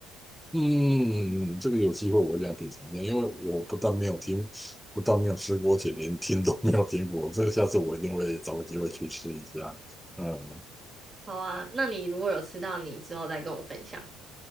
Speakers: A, in the centre; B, on the right.
A: 嗯，这个有机会我一定要品尝一下，因为我不但没有听，不但没有吃过，且连听都没有听过。这个下次我一定会找个机会去吃一下。嗯
B: 好啊，那你如果有吃到，你之后再跟我分享。